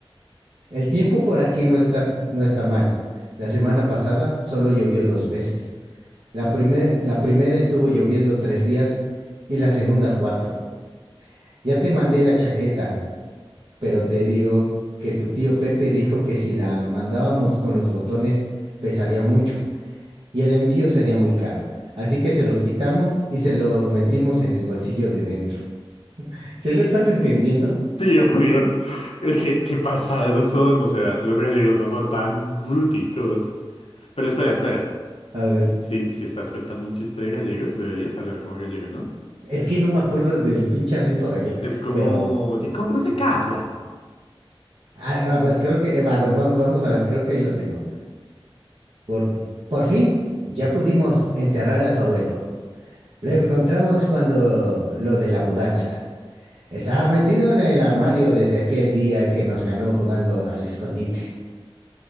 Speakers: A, on the right; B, on the left.
A: El tiempo por aquí no está, no está mal. La semana pasada solo llovió dos veces. La prime- la primera estuvo lloviendo tres días y la segunda cuatro. Ya te mandé la chaqueta, pero te digo que tu tío Pepe dijo que si la mandábamos con los botones pesaría mucho. y el envío sería muy caro. Así que se los quitamos y se los metimos en el bolsillo de dentro. <laughs> ¿Se lo estás entendiendo?
B: Sí, <laughs> obvio. Es que, qué pasados son, o sea, los gallegos no son tan bruticos. Pero espera, espera.
A: A ver,
B: Si, si estás contando un chiste de gallegos, deberías hablar como gallego, ¿no?
A: es que no me acuerdo del pinche acento gallo,
B: Es como,
A: pero
B: te compro
A: sí.
B: una cabra.
A: Ah, a, ver, creo que, eh, a ver, vam- vamos a ver, creo que ahí lo tengo. Por, por fin, ya pudimos enterrar a tu abuelo. Lo encontramos cuando lo de la mudanza. Estaba metido en el armario desde aquel día que nos ganó jugando al escondite.